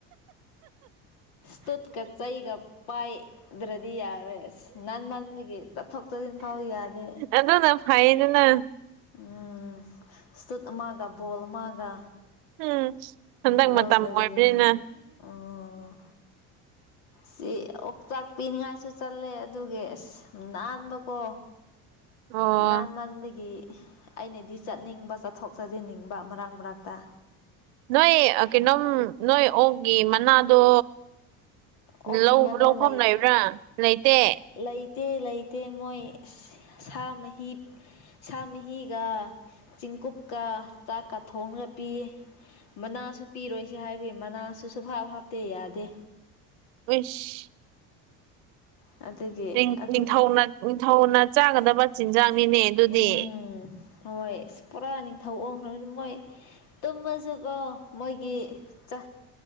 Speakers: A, on the left; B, on the right.
A: ꯁꯇꯨꯠꯀ ꯆꯩꯒ ꯄꯥꯏꯗ꯭ꯔꯗꯤ ꯌꯥꯔꯦ ꯅꯟꯃꯟꯕꯒꯤ꯫ ꯊꯣꯛꯇꯗꯤꯟ ꯐꯥꯎ ꯌꯥꯗꯦ꯫
B: ꯑꯗꯨꯅ ꯐꯩꯌꯦꯗꯅꯥ
A: ꯎꯝ ꯁꯇꯨꯇ ꯑꯃꯥꯒ ꯕꯣꯜ ꯑꯃꯥꯒ
B: ꯎꯝ ꯍꯟꯗꯛ
A: ꯂꯧꯗꯥꯔꯤꯌꯦ
B: ꯃꯇꯝ ꯑꯣꯏꯕꯅꯤꯅ
A: ꯑꯣ ꯁꯤ ꯑꯣꯛꯆꯥꯛ ꯄꯤꯅꯤꯡꯉꯥꯏꯁꯨ ꯆꯠꯂꯦ ꯑꯗꯨꯒꯒꯤ ꯑꯁ ꯅꯥꯟꯕꯀꯣ
B: ꯑꯣ
A: ꯅꯥꯟ ꯃꯟꯕꯒꯤ ꯑꯩꯅꯗꯤ ꯆꯠꯅꯤꯡꯕ ꯆꯠꯊꯣꯛ ꯆꯠꯁꯤꯟꯅꯤꯡꯕ ꯃꯔꯛ ꯃꯔꯛꯇ
B: ꯅꯣꯏ ꯀꯩꯅꯣꯝ ꯅꯣꯏ ꯑꯣꯛꯒꯤ ꯃꯅꯥꯗꯣ
A: ꯑꯣꯛꯀꯤ
B: ꯂꯧ
A: ꯃꯅꯥ
B: ꯂꯧꯐꯝ
A: ꯂꯩ
B: ꯂꯩꯕ꯭ꯔꯥ ꯂꯩꯇꯦ
A: ꯂꯩꯇꯦ ꯂꯩꯇꯦ ꯃꯣꯏ ꯑꯁ ꯁꯥ ꯃꯍꯤ ꯁꯥ ꯃꯍꯤꯒ ꯆꯦꯡꯀꯨꯞꯀ ꯆꯥꯛꯀ ꯊꯣꯡꯂꯒ ꯄꯤꯌꯦ ꯃꯅꯥꯁꯨ ꯄꯤꯔꯣꯏꯁꯦ ꯍꯥꯏꯕꯤꯒꯤ ꯃꯅꯥꯁꯨ ꯁꯨꯞꯍꯥꯞ ꯍꯥꯞꯇꯦ ꯌꯥꯗꯦ
B: ꯑꯨꯁ
A: ꯑꯗꯨꯒꯤ
B: ꯅꯤꯡ
A: ꯑꯗꯨ
B: ꯅꯤꯡꯊꯧꯅ ꯅꯤꯡꯊꯧꯅ ꯆꯥꯒꯗꯕ ꯆꯤꯟꯖꯥꯛꯅꯤꯅꯦ ꯑꯗꯨꯗꯤ
A: ꯎꯝ ꯍꯣꯏ ꯑꯁ ꯄꯨꯔꯥ ꯅꯤꯡꯊꯧ ꯑꯣꯡꯈ꯭ꯔꯕꯅꯤ ꯃꯣꯏ ꯇꯨꯝꯃꯁꯨ ꯀꯣ ꯃꯣꯏꯒꯤ ꯆꯥ